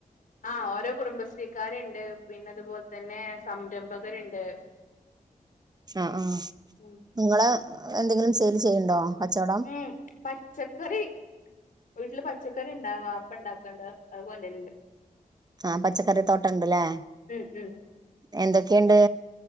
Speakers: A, on the left (about 70°); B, on the right (about 30°).
A: ആഹ ഓരോ കുടുംബ ശ്രീക്കാര് ണ്ട് പിന്നെതുപോലെ തന്നെ സംരംഭകരുണ്ട്
B: ആ ആ
A: ഉം
B: നിങ്ങള് എന്തെങ്കിലും സെയിൽ ചെയ്യണ്ടോ കച്ചവടം
A: ഉം പച്ചക്കറി വീട്ടില് പ പച്ചക്കറി ഉണ്ടാാവും ആപ്പണ്ടാക്കണ്ട അതുപോലെന്ന ഉണ്ട്
B: ആഹ പച്ചക്കറി തോട്ട ഇണ്ടല്ലേ
A: ഉം ഉം
B: എന്തൊക്കെയണ്ട്